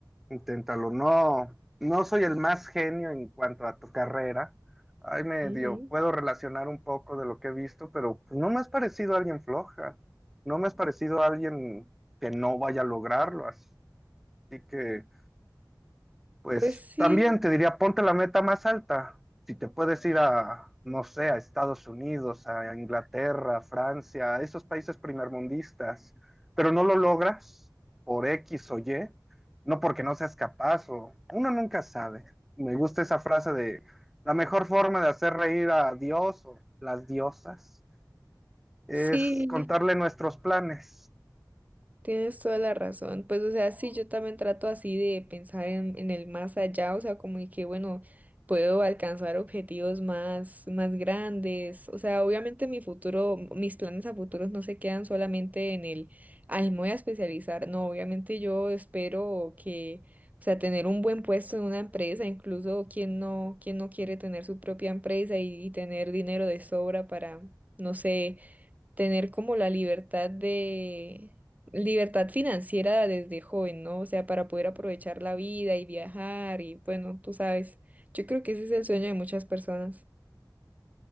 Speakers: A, in the centre; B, on the right.
A: inténtalo, no, no soy el más genio en cuanto a tu carrera. Ay, medio,
B: Ujú.
A: puedo relacionar un poco de lo que he visto, pero pues, no me has parecido alguien floja, no me has parecido alguien que no vaya a lograrlo. Así que, pues,
B: Pues sí,
A: también te diría, ponte la meta más alta. Si te puedes ir a, no sé, a Estados Unidos, a Inglaterra, a Francia, a esos países primermundistas, pero no lo logras por X o Y, no porque no seas capaz o uno nunca sabe. Me gusta esa frase de la mejor forma de hacer reír a Dios o las diosas es
B: sí.
A: contarle nuestros planes.
B: Tienes toda la razón. Pues, o sea, sí, yo también trato así de pensar en, en el más allá, o sea, como de que, bueno, puedo alcanzar objetivos más, más grandes. O sea, obviamente mi futuro, mis planes a futuros no se quedan solamente en el, ay, me voy a especializar. No, obviamente yo espero que, o sea, tener un buen puesto en una empresa, incluso quien no, quien no quiere tener su propia empresa y y tener dinero de sobra para, no sé tener como la libertad de, libertad financiera desde joven, ¿no? O sea, para poder aprovechar la vida y viajar y bueno, tú sabes, yo creo que ese es el sueño de muchas personas.